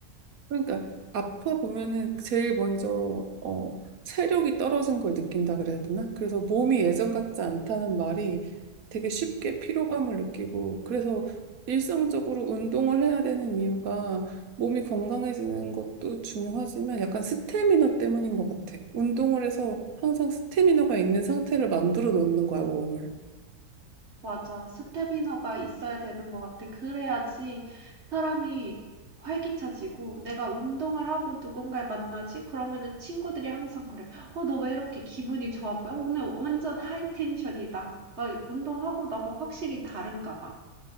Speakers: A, on the right; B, on the right.
A: 그러니까 아파 보면은 제일 먼저 어 체력이 떨어진 걸 느낀다 그래야 되나? 그래서 몸이 예전 같지 않다는 말이 되게 쉽게 피로감을 느끼고 그래서 일상적으로 운동을 해야 되는 이유가 몸이 건강해지는 것도 중요하지만 약간 스태미너 때문인 것 같아. 운동을 해서 항상 스태미너가 있는 상태를 만들어 놓는 거야, 몸을.
B: 맞아. 스태미너가 있어야 되는 것 같아. 그래야지 사람이 활기차지고 내가 운동을 하고 누군가를 만나지? 그러면은 친구들이 항상 그래. 어, 너 왜 이렇게 기분이 좋아 보여? 오늘 완전 하이 텐션이다. 어, 운동하고 나면 확실히 다른가 봐.